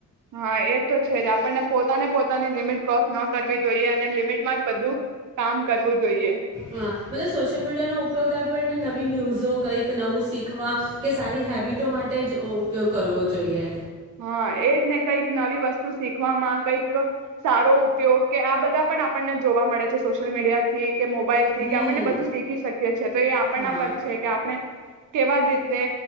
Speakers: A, on the right (about 65°); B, on the right (about 20°).
A: હા, એતો છેજ. આપણને પોતાને પોતાની લિમિટ ક્રોસ ન કરવી જોઈએ અને લિમિટમાં જ બધું કામ કરવું જોઈએ.
B: હા, મતલબ સોશિયલ મીડિયા નો ઉપયોગ આપણને નવી ન્યૂઝો, કઈક નવું શીખવા કે સારી હેબિટો માટે જ ઉપયોગ કરવો જોઈએ.
A: હા એજ ને કઈક નવી વસ્તુ શીખવામાં કંઈક સારો ઉપયોગ કે આ બધા પણ આપણને જોવા મળે છે સોશિયલ મીડિયા થી કે મોબાઈલ થી
B: હમ
A: કે આપણને બધું શીખી શકીએ છે તો એ આપણના
B: હા
A: પર છે કે આપણે કેવા રીતે